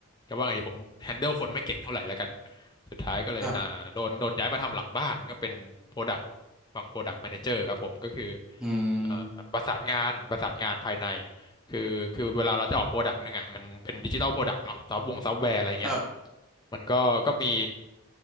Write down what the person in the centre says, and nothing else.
ครับอืม
ครับ